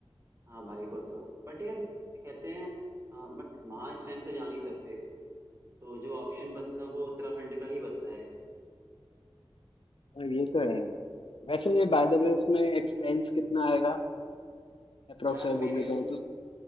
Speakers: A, on the right (about 30°); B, on the left (about 70°).
A: हाँ भाई वो तो है बट यार क्या कहते हैं बट वहाँ इस टाइम तो जा नहीं सकते तो जो ऑप्शन बचता है वो उत्तराखंड का ही बचता है
B: हाँ, ये तो है वैसे बाय द वे उसमें एक्सपेंस कितना आएगा अप्रोक्स
A: यार मेरे
B: घूमने जाए तो